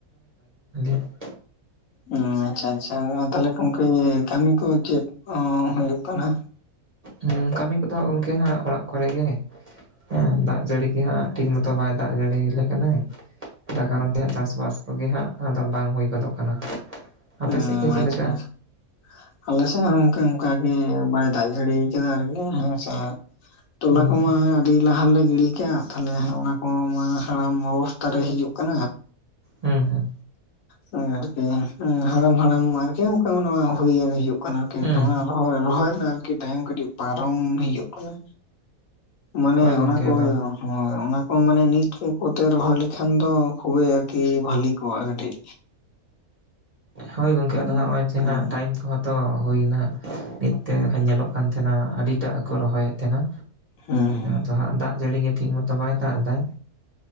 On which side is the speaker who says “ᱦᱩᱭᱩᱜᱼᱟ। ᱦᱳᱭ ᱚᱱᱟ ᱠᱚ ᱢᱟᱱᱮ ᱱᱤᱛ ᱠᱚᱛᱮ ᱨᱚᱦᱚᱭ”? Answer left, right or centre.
Left